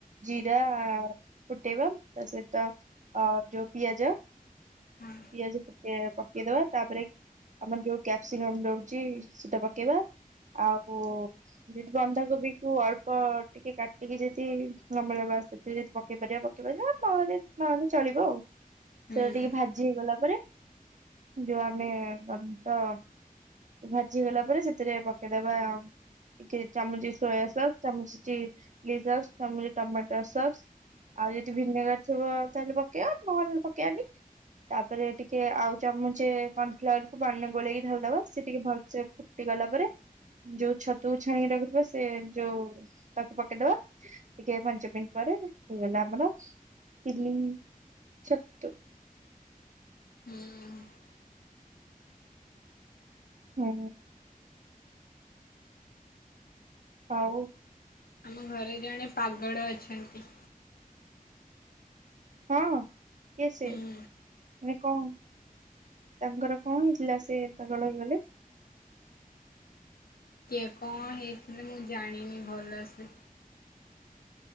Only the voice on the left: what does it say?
ହଁ
ହୁଁ
ହୁଁ-ଉଁ।
ଆମ ଘରେ ଜଣେ ପାଗଳ ଅଛନ୍ତି।
ହୁଁ
ସିଏ କଣ ହେଇଥିଲା, ମୁଁ ଜାଣିନି ଭଲସେ।